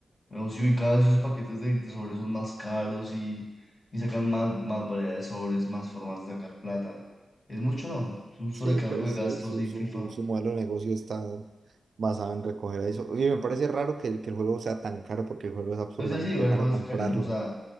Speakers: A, on the left (about 35°); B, on the right (about 75°).
A: No, sí, y cada vez esos paquetes de, de sobres son más caros y, y sacan más, más variedad de sobres, más formas de sacar plata. Es mucho, ¿no? Es un
B: Sí,
A: sobrecargo
B: pues
A: de gastos
B: eh, su,
A: y
B: su,
A: FIFA.
B: su modelo de negocio está basado en recoger eso. Y me parece raro que, que el juego sea tan caro porque el juego es absurdamente
A: Es decir, igual
B: caro
A: fue
B: comprarlo.
A: carísimo. O sea,